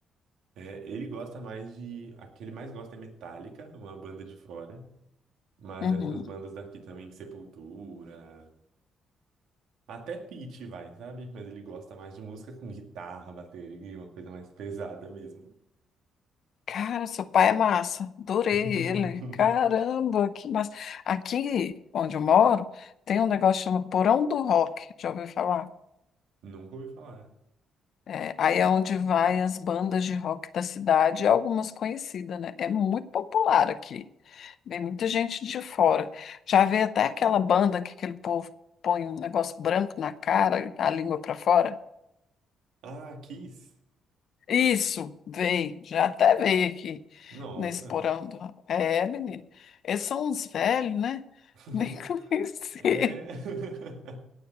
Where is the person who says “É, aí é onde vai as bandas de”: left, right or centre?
Left